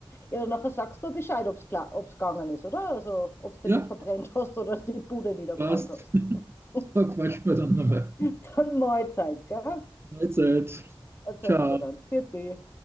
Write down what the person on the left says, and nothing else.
Ja, nachher sagst du mir Bescheid, ob es klar, ob's gegangen ist, oder? Also, ob du den
nicht verbrennt hast oder die Bude niederbrannt
hast.
<laughs>
Dann Mahlzeit, gell?
Erzählst
mir dann. Für dich.